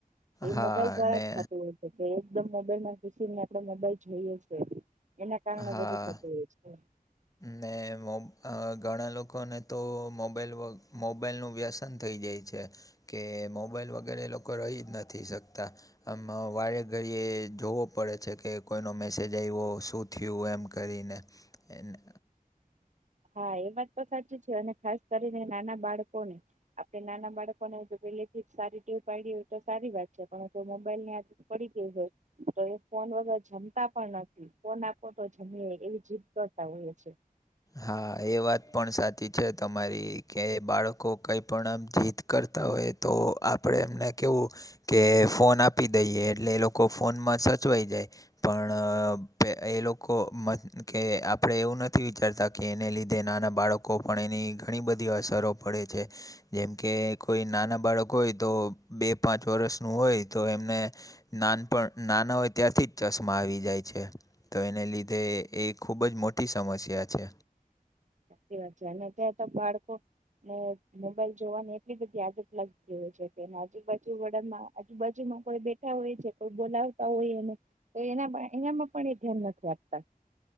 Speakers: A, on the right; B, on the left.
A: એ
B: હા
A: મોબાઈલ દ્વારા
B: ને
A: જ થતું હોય છે. કે એકદમ મોબાઈલમાં ઘુસી ને આપણે મોબાઈલ જોઈએ છીએ. એના કારણે
B: હા
A: બધું થતું હોય છે.
B: ને મો અ ઘણા લોકોને તો મોબાઈલ વગ મોબાઈલનું વ્યસ વેસન થઈ જાય છે કે મોબાઈલ વગર એ લોકો રહી જ નથી શકતા. આમ વારે ઘડીએ જોવો પડે છે કે કોઈનો મેસેજ આવ્યો, શું થયું એમ કરીને એને
A: હા એ વાત તો સાચી છે અને ખાસ કરીને નાના બાળકોને આપે નાના બાળકોને જો પેલે થી જ સારી ટેવ પાડી હોય તો સારી વાત છે. પણ જો મોબાઈલની આદત પડી ગઈ હોય તો એ ફોન વગર જમ તા પણ નથી. ફોન આપો તો જમે એવી જીદ કરતા હોઈએ છે.
B: હા, એ વાત પણ સાચી છે તમારી કે બાળકો કઈ પણ આમ જીદ કરતા હોય તો આપણે એમને કેવું કે ફોન આપી દઈએ એટલે એ લોકો ફોનમાં સચવાઈ જાય. પણ એ લોકો મન કે આપણે એવું નથી વિચારતા કે એને લીધે નાના બાળકો પણ એની ઘણી બધી અસરો પડે છે. જેમ કે કોઈ નાના બાળક હોય તો બે પાંચ વર્ષનું હોય તો એમને નાનપણ નાના હોય ત્યારથી જ ચશ્મા આવી જાય છે. તો એને લીધે એ ખૂબ જ મોટી સમસ્યા છે.
A: સાચી વાત છે અને અત્યાર તો બાળકો ને મોબાઈલ જોવાની એટલી બધી આદત લાગતી હોય છે કે એના આજુબાજુ વાળાના આજુબાજુમાં કોઈ બેઠા હોય છે કોઈ બોલાવતા હોયને તો એના ભાણિયામાં પણ એ ધ્યાન નથી આપતા